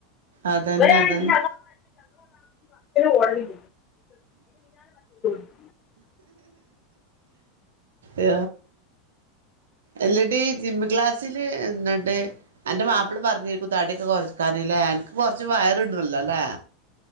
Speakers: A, on the right; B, on the left.
A: അതന്നെ
B: ഇബടെണ്ച്ചെങ്കി
A: അതന്നെ
B: ഞങ്ങളും <unintelligible> <unintelligible>
A: ആ അല്ലടി ജിംക്ലാസ് ചില് നടേ അന്റെ മാപ്ല പറഞ്ഞേര്ക്കും തടിയൊക്കെ കൊറക്കാനില്ലേ അന്ക്ക് കൊറ് ച്ച് വയറൊന്നുലലെ